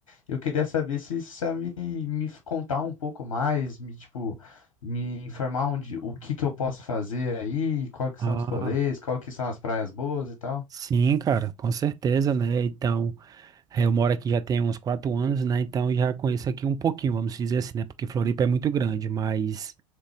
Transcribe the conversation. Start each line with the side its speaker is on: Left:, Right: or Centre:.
Left: Eu queria saber se você sabe me contar um pouco mais, me, tipo, me informar onde, o que que eu posso fazer aí, quais que
Right: Ah,
Left: são os rolês, quais que são as praias boas e tal.
Right: sim, cara, com certeza, né? Então, eh, eu moro aqui já tem uns quatro anos, né? Então, já conheço aqui um pouquinho, vamos dizer assim, né? Porque Floripa é muito grande, mas,